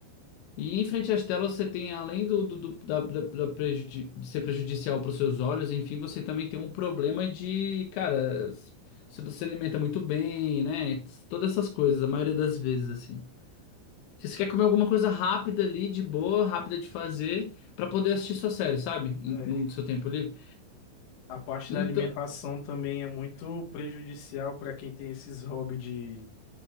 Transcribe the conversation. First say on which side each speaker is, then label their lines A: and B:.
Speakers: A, on the left; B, on the left.
A: E em frente às telas você tem, além do, do, do- da, da, da prejudi- de ser prejudicial para os seus olhos, enfim, você também tem um problema de, cara, você não se alimenta muito bem, né? Todas essas coisas, a maioria das vezes, assim. Se você quer comer alguma coisa rápida ali, de boa, rápida de fazer, pra poder assistir sua série, sabe? Em-
B: é,
A: No seu tempo livre.
B: a parte
A: Então,
B: da alimentação também é muito prejudicial para quem tem esses hobbies de